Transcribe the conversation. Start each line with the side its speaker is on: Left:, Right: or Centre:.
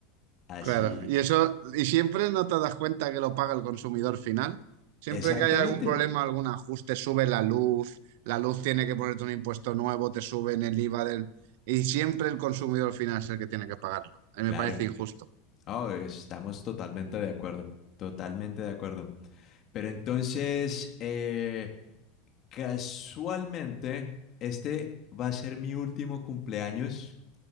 Left: Así,
Right: Claro, y eso, y siempre no te das cuenta que lo paga el consumidor final. Siempre
Left: exactamente.
Right: que hay algún problema, algún ajuste, sube la luz, la luz tiene que ponerte un impuesto nuevo, te suben el IVA del... Y siempre el consumidor final es el que tiene que pagarlo. A
Left: Claro.
Right: mí me parece injusto.
Left: Oh, estamos totalmente de acuerdo. Totalmente de acuerdo. Pero entonces, eh, casualmente, este va a ser mi último cumpleaños